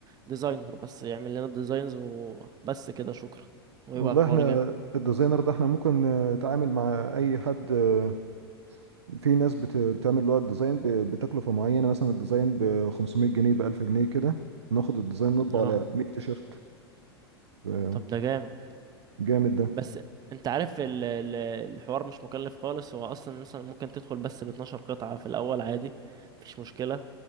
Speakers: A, on the right; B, on the right.
A: ديزاينر بس يعمل لنا الديزاينز وبس كده شكرا ويبقى
B: والله
A: الحوار
B: احنا
A: جامد
B: الديزاينر ده احنا ممكن آه، نتعامل مع اي حد آه، في ناس بت- بتعمل اللي هو الديزاين ب- بتكلفة معينة مثلا الديزاين ب 500 جنيه ب 1000 جنيه كده ناخد الديزاين نطبع
A: اه
B: على 100 تيشرت آه،
A: طب ده جامد
B: جامد ده
A: بس انت عارف ال- ال- الحوار مش مكلف خالص هو اصلا مثلا ممكن تدخل بس ب 12 قطعه في الاول عادي مفيش مشكله